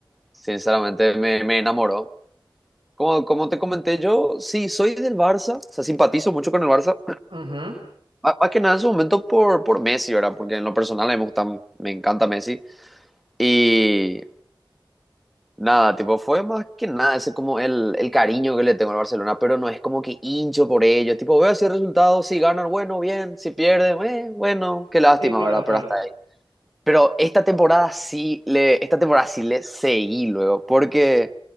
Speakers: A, in the centre; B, on the right.
A: sinceramente, me, me enamoró. Como, como te comenté, yo sí soy del Barça, o sea, simpatizo mucho con el Barça
B: Ujú.
A: Más, más que nada en su momento por, por Messi, ¿verdad? Porque en lo personal a mí me gusta, me encanta Messi. Y nada, tipo, fue más que nada ese como el, el cariño que le tengo al Barcelona, pero no es como que hincho por ellos. Tipo, veo así el resultado, si ganan, bueno, bien, si pierden, eh, bueno, qué lástima,
B: Sí, claro,
A: ¿verdad?
B: claro.
A: Pero hasta ahí. Pero esta temporada sí le, esta temporada sí le seguí luego, porque